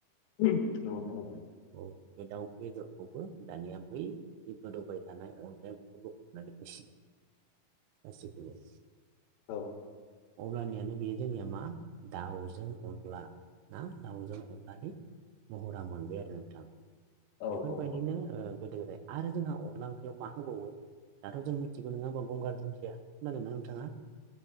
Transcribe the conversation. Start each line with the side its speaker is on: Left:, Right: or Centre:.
Left: न'आवनो थायोमोन
Right: औ बे दाउ बेदरखौबो दानिया बै गोदौबाय थानाय अनलायाव बेफोरखौ नानै एसे दासो सफैदों
Left: औ
Right: अब्लानियानो बेयो जोंनिया मा दाउजों अनला ना दाउजों अनलानि महरा मोनबाय आरो। नोंथां
Left: औ
Right: बेफोरबायदिनो
Left: औ
Right: ओ गोदो गोदाय आरो जोंहा अनला ओंख्रियाव मा होबावो दाथ' जों मिथिगौ नङा होमबा गंगार दुनदिया खोनादोंना नोंथाङा?